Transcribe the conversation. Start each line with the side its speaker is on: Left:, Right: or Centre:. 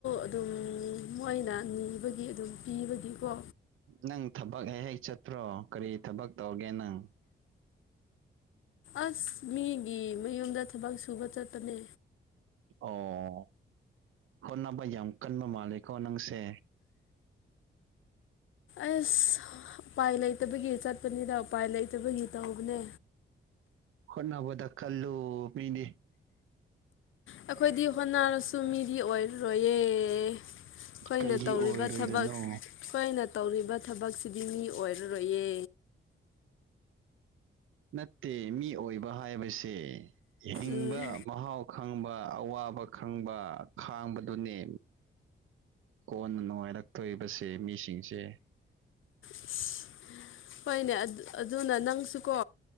Left: ꯑꯗꯨꯝ ꯃꯣꯏꯅ ꯅꯤꯕꯒꯤ ꯑꯗꯨꯝ ꯄꯤꯕꯗꯀꯣ
Right: ꯅꯪ ꯊꯕꯛ ꯍꯦꯛ ꯍꯦꯛ ꯆꯠꯇ꯭ꯔꯣ ꯀꯔꯤ ꯊꯕꯛ ꯇꯧꯒꯦ ꯅꯪ
Left: ꯑꯁ ꯃꯤꯒꯤ ꯃꯌꯨꯝꯗ ꯊꯕꯛ ꯁꯨꯕ ꯆꯠꯄꯅꯦ
Right: ꯑꯣ ꯍꯣꯅꯕ ꯌꯥꯝ ꯀꯟꯕ ꯃꯥꯜꯂꯤꯀꯣ ꯅꯪꯁꯦ
Left: ꯑꯁ ꯎꯄꯥꯏ ꯂꯩꯇꯕꯒꯤ ꯆꯠꯄꯅꯤꯗ ꯎꯄꯥꯏ ꯂꯩꯇꯕꯒꯤ ꯇꯧꯕꯅꯦ
Right: ꯍꯣꯠꯅꯕꯗ ꯈꯜꯂꯨ ꯃꯤꯗꯤ
Left: ꯑꯩꯈꯣꯏꯗꯤ ꯍꯣꯠꯅꯔꯁꯨ ꯃꯤꯗꯤ ꯑꯣꯏꯔꯔꯣꯏꯌꯦ ꯑꯩꯈꯣꯏꯅ
Right: ꯀꯩꯒꯤ
Left: ꯇꯧꯔꯤꯕ
Right: ꯑꯣꯏꯔꯣꯏꯗꯣꯏꯅꯣ
Left: ꯊꯕꯛ ꯁꯈꯣꯏꯅ ꯇꯧꯔꯤꯕ ꯊꯕꯛꯁꯤꯗꯤ ꯃꯤ ꯑꯣꯏꯔꯔꯣꯏꯌꯦ
Right: ꯅꯠꯇꯦ ꯃꯤ ꯑꯣꯏꯕ ꯍꯥꯏꯕꯁꯦ ꯍꯤꯡꯕ
Left: ꯎꯝ
Right: ꯃꯍꯥꯎ ꯈꯪꯕ ꯑꯋꯥꯕ ꯈꯪꯕ ꯈꯥꯡꯕꯗꯨꯅꯦ ꯀꯣꯟꯅ ꯅꯨꯡꯉꯥꯏꯔꯛꯇꯣꯕꯁꯦ ꯃꯤꯁꯤꯡꯁꯦ
Left: ꯑꯁ ꯍꯣꯏꯅꯦ ꯑꯗꯨꯅ ꯅꯪꯁꯨꯀꯣ